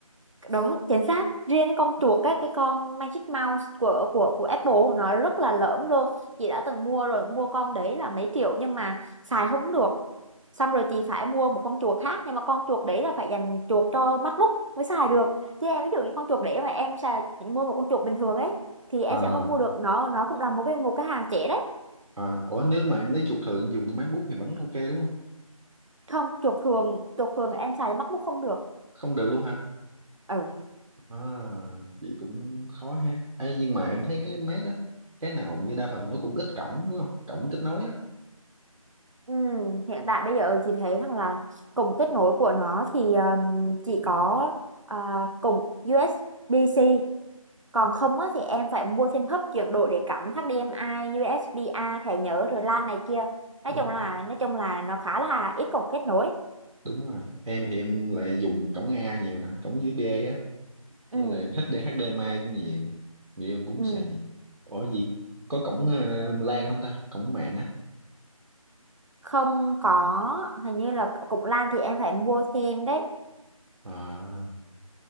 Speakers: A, on the right (about 60°); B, on the right (about 80°).
A: đúng chính xác riêng cái con chuột á cái con Magic Mouse của của của Apple nó rất là lởm luôn chị đã từng mua rồi mua con đấy là mấy triệu nhưng mà xài không được xong rồi chị phải mua một con chuột khác nhưng mà con chuột đấy là phải dành chuột cho MacBook mới xài được chứ em ví dụ như con chuột đấy mà em xài mua một con chuột bình thường ấy thì em
B: à,
A: sẽ không mua được nó nó cũng là một cái một cái hàng trẻ đấy
B: à, ủa nếu mà em lấy chuột thường em dùng cái MacBook thì vẫn ok đúng không
A: không chuột thường chuột thường em xài cho MacBook không được
B: không được luôn hả
A: Ừ
B: à, vậy cũng khó ha Ê, nhưng mà em thấy cái Mac á cái nào như đa phần nó cũng ít cổng đúng không cổng kết nối á
A: Ừ, hiện tại bây giờ chị thấy rằng là cổng kết nối của nó thì um, chỉ có à, cổng USB-C còn không á, thì em phải mua thêm hub chuyển đổi để cắm HDMI, USB-A, thẻ nhớ rồi LAN này kia nói
B: đúng
A: chung là
B: rồi
A: nói chung là nó khá là ít cổng kết nối
B: đúng rồi em thì em lại dùng cổng A nhiều nè cổng USB á
A: ừ,
B: với lại HD mai cũng nhiều người yêu em cũng
A: ừ.
B: xài nhiều ủa gì có cổng uh, LAN không ta cổng mạng á
A: không có hình như là cổng LAN thì em phải mua thêm đấy
B: à,